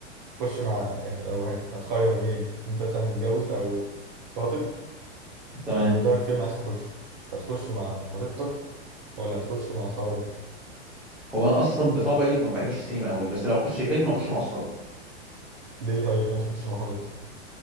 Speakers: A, on the right (about 40°); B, in the centre.
A: تخش مع يعني لو هتخير بين انت مثلا متجوز او خاطب
B: تمام
A: وقدامك فيلم عايز تخش هتخش مع خطيبتك ولا هتخش مع اصحابك
B: هو انا اصلا بطبعي ما بحبش السينما قوي بس لو اخش فيلم اخش مع اصحابي
A: ليه طيب ليه ما تخشش مع خطيبتك